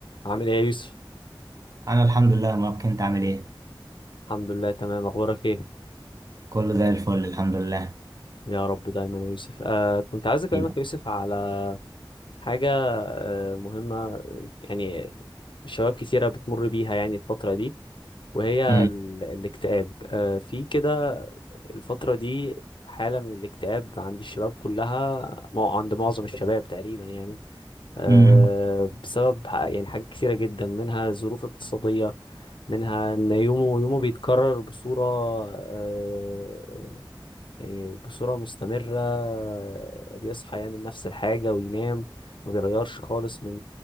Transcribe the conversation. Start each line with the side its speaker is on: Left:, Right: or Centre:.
Left: عامل ايه يا يوسف
Right: انا الحمد لله ما كنت عامل ايه
Left: الحمد لله تمام اخبارك ايه
Right: كله زي الفل الحمد لله
Left: يا رب دايما يا يوسف آه كنت عايز اكلمك
Right: حبيبي.
Left: يا يوسف على حاجه آه مهمه يعني شباب كتيره بتمر بيها يعني الفتره دي وهي
Right: امم
Left: ال... الاكتئاب آه، في كده الفترة دي حالة من الاكتئاب عند الشباب كلها مع- عند معظم الشباب تقريبا يعني آه،
Right: امم
Left: بسبب ح- يعني حاجات كثيرة جدا منها ظروف اقتصادية منها ان يومه يومه بيتكرر بصورة آه، يعني بصورة مستمرة آه، بيصحى يعمل نفس الحاجة وينام ما بيغيرش خالص من